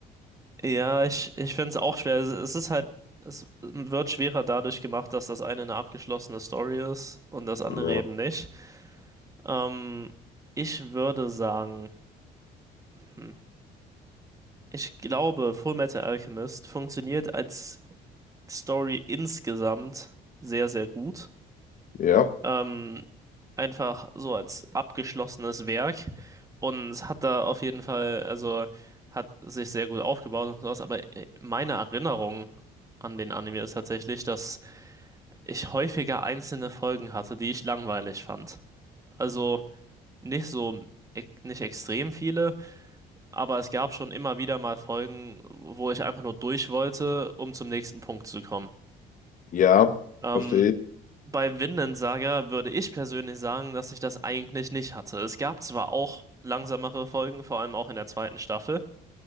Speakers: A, on the right; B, on the left.
A: Ja, ich, ich finde es auch schwer. Es es ist halt, es wird schwerer dadurch gemacht, dass das eine eine abgeschlossene Story ist und das andere
B: ja,
A: eben nicht. Ähm, ich würde sagen, hm, ich glaube, Fullmetal Alchemist funktioniert als Story insgesamt sehr, sehr gut.
B: ja,
A: Ähm, einfach so als abgeschlossenes Werk und hat da auf jeden Fall, also hat sich sehr gut aufgebaut und sowas, aber äh, meine Erinnerung an den Anime ist tatsächlich, dass ich häufiger einzelne Folgen hatte, die ich langweilig fand. Also nicht so, e- nicht extrem viele Aber es gab schon immer wieder mal Folgen, wo ich einfach nur durch wollte, um zum nächsten Punkt zu kommen.
B: ja,
A: Ähm,
B: verstehe ich.
A: bei Vinland Saga würde ich persönlich sagen, dass ich das eigentlich nicht hatte. Es gab zwar auch langsamere Folgen, vor allem auch in der zweiten Staffel.